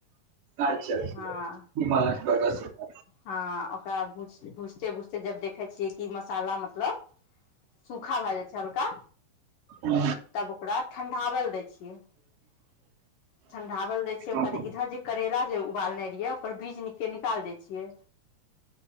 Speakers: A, on the right; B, on the left.
A: अच्छा अच्छा
B: हँ
A: <unintelligible>
B: हँ ओकरा भूझ भूझते भूझते जब देखे छियै कि मसाला मतलब सूखा भए जाइ छै हल्का
A: हू
B: तब ओकरा ठण्ढाबल दए छियै ठंडावल दै छिय ओकराद
A: अच्छा
B: इधर जे करेला जे उबालने रहियै ओकर बीज नि के निकाल दै छियै